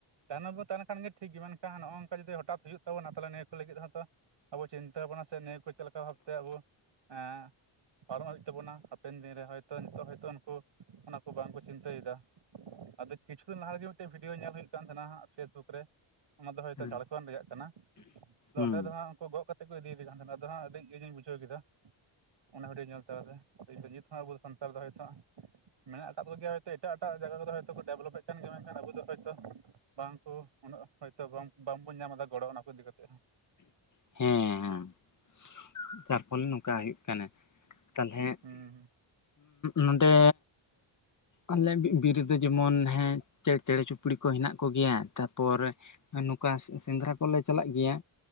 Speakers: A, on the right; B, on the left.
A: ᱛᱟᱭᱱᱚᱢ ᱵᱚ ᱛᱟᱦᱮᱱ ᱠᱷᱟᱱ ᱜᱮ ᱴᱷᱤᱠ ᱜᱮ, ᱢᱮᱱᱠᱷᱟᱱ ᱱᱚᱝᱠᱟ ᱡᱩᱫᱤ ᱦᱚᱴᱟᱛ ᱦᱩᱭᱩᱜ ᱛᱟᱵᱚᱱᱟ ᱛᱟᱦᱚᱞᱮ ᱱᱤᱭᱟᱹ ᱠᱚ ᱞᱟᱹᱜᱤᱫ ᱦᱚᱸᱛᱚ ᱟᱵᱚ ᱪᱤᱱᱛᱟᱹ ᱵᱷᱟᱵᱱᱟ ᱥᱮ ᱱᱤᱭᱟᱹ ᱠᱚ ᱪᱮᱫ ᱞᱮᱠᱟ ᱵᱷᱟᱵᱛᱮ ᱟᱵᱚ ᱮᱸ ᱯᱟᱨᱚᱢ ᱦᱩᱭᱩᱜ ᱛᱟᱵᱚᱱᱟ ᱦᱟᱯᱮᱱ ᱫᱤᱱᱨᱮ ᱦᱚᱭᱛᱳ ᱱᱤᱛᱚᱜ ᱦᱚᱭᱛᱳ ᱩᱱᱠᱩ ᱚᱱᱟ ᱠᱚ ᱵᱟᱝᱠᱚ ᱪᱤᱱᱛᱟᱹᱭᱮᱫᱟ ᱾ ᱟᱫᱚ ᱠᱤᱪᱷᱩ ᱫᱤᱱ ᱞᱟᱦᱟ ᱨᱮᱜᱮ ᱢᱤᱫᱴᱮᱱ ᱵᱷᱤᱰᱭᱳ ᱧᱮᱞ ᱦᱩᱭᱩᱜ ᱠᱟᱱ ᱛᱟᱦᱮᱱᱟ ᱯᱷᱮᱥᱵᱩᱠ ᱨᱮ ᱚᱱᱟ ᱫᱚ ᱦᱚᱭᱛᱳ
B: ᱦᱩᱸ
A: ᱡᱷᱟᱲᱠᱷᱚᱱᱰ ᱨᱮᱭᱟᱜ ᱠᱟᱱᱟ ᱾ ᱟᱫᱚ
B: ᱦᱮᱸ
A: ᱚᱸᱰᱮ ᱫᱚ ᱦᱟᱸᱜ ᱩᱱᱠᱩ ᱜᱚᱜ ᱠᱟᱛᱮᱫ ᱠᱚ ᱤᱫᱤᱭᱮᱫᱮ ᱠᱟᱱᱟ ᱛᱟᱦᱮᱱᱟ ᱟᱫᱚ ᱦᱟᱸᱜ ᱟᱹᱰᱤ ᱤᱭᱟᱹ ᱜᱤᱧ ᱵᱩᱡᱷᱟᱹᱣ ᱠᱮᱫᱟ ᱾ ᱚᱱᱟ ᱵᱷᱤᱰᱤᱭᱳ ᱧᱮᱞ ᱛᱚᱨᱟ ᱜᱮ ᱱᱤᱛ ᱦᱚᱸ ᱟᱵᱚ ᱥᱟᱱᱛᱟᱲ ᱫᱚ ᱦᱚᱭᱛᱚ ᱢᱮᱱᱟᱜ ᱟᱠᱟᱫ ᱠᱚᱜᱮᱭᱟ ᱦᱚᱭᱛᱚ ᱮᱴᱟᱜ ᱮᱴᱟᱜ ᱡᱟᱭᱜᱟ ᱠᱚᱫᱚ ᱦᱚᱭᱛᱚ ᱠᱚ ᱰᱮᱵᱷᱞᱚᱯᱮᱫ ᱠᱟᱱ ᱜᱮᱭᱟ, ᱢᱮᱱᱠᱷᱟᱱ ᱟᱵᱚ ᱫᱚ ᱦᱳᱭᱛᱚ ᱵᱟᱝᱠᱩ ᱩᱱᱟᱹᱜ ᱦᱚᱭᱛᱚ ᱵᱟᱝᱵᱚᱱ ᱧᱟᱢ ᱮᱫᱟ ᱜᱚᱲᱚ ᱚᱱᱟ ᱠᱚ ᱤᱫᱤ ᱠᱟᱛᱮᱜ ᱦᱚᱸ
B: ᱦᱮᱸ ᱾ ᱡᱟᱨ ᱯᱷᱚᱞᱮ ᱱᱚᱝᱠᱟ ᱦᱩᱭᱩᱜ ᱠᱟᱱᱟ ᱛᱟᱞᱦᱮ
A: ᱦᱩᱸ
B: ᱱᱚᱸᱰᱮ ᱟᱞᱮ ᱵᱤᱨ ᱨᱮᱫᱚ ᱡᱮᱢᱚᱱ ᱦᱮᱸ ᱪᱮᱬᱮ ᱪᱩᱯᱲᱤ ᱠᱚ ᱦᱮᱱᱟᱜ ᱠᱚᱜᱮᱭᱟ ᱛᱟᱨᱯᱚᱨ ᱱᱚᱝᱠᱟ ᱥᱮᱸᱫᱽᱨᱟ ᱠᱚᱞᱮ ᱪᱟᱞᱟᱜ ᱜᱮᱭᱟ,